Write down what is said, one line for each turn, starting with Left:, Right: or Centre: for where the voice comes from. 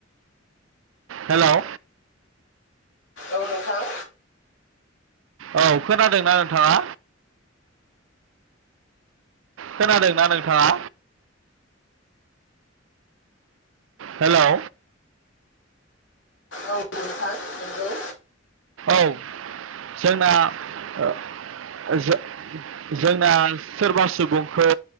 Right: हेलौ
Left: औ नोंथां।
Right: औ खोनादोंना नोंथाङा? खोनादोंना नोंथाङा? हेलौ
Left: औ नोंथां हेलौ
Right: औ जोंना ओ जो-जोंना सोरबा सुबुंखौ